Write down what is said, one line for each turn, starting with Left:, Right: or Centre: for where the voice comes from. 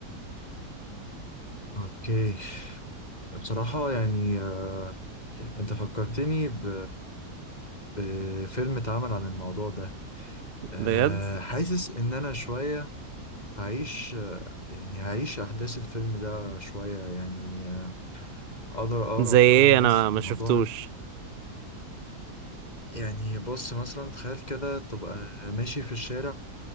Left: اوكي بصراحة يعني آه، انت فكرتني ب... بفيلم اتعمل عن الموضوع ده آه،
Right: بجد
Left: حاسس ان انا شوية هعيش آه، يعني هعيش احداث الفيلم ده شوية يعني آه، اقدر اقرا
Right: زي
Left: افكار
Right: ايه
Left: الناس
Right: انا ما
Left: الموضوع
Right: شفتوش
Left: يعني بص مثلا تخيل كده تبقى ماشي في الشارع